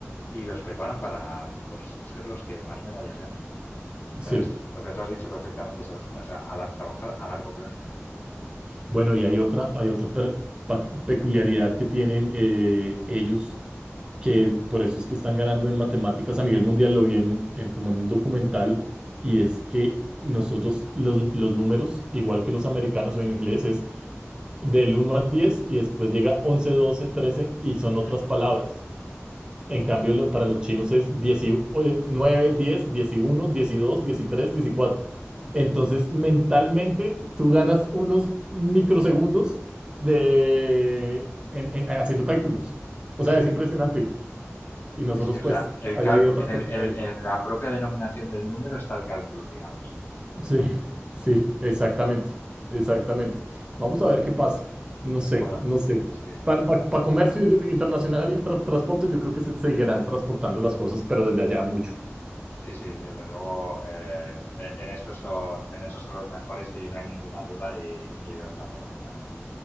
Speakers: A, on the left; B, on the right.
A: y los preparan para pues, ser los que más medallas ganen. O
B: Sí.
A: sea, es lo que tú has dicho perfectamente, se resume, o sea, a la- trabajar a largo plazo.
B: Bueno, y hay otra, hay otra per- pa- peculiaridad que tienen eh, ellos que por eso es que están ganando en matemáticas a nivel mundial, lo vi en, en como en un documental, y es que nosotros los, los números, igual que los americanos o en inglés, es del uno al diez y después llega once doce trece y son otras
A: Mm.
B: palabras. En cambio, lo- para los chinos es 10 y, oye, 9, 10, 11, 12, 13, 14. Entonces, mentalmente, tú ganas unos microsegundos de, en- en- haciendo cálculos. O
A: Sí,
B: sea,
A: sí,
B: es impresionante. Y nosotros,
A: sí, sí, o
B: pues,
A: sea, el
B: ahí
A: cálculo,
B: hay otra
A: en, el-
B: que falta
A: en-
B: ahí.
A: en la propia denominación del número está el cálculo, digamos.
B: Sí, sí, exactamente, exactamente. Vamos a ver qué pasa. No sé,
A: Bueno,
B: no sé.
A: sí.
B: Para comercio yo- internacional y tra- transporte, yo creo que se seguirán transportando las cosas, pero desde allá mucho.
A: Sí, sí, desde luego, eh, e- en eso son, en eso son los mejores y no hay ninguna duda y, y lo están demostrando.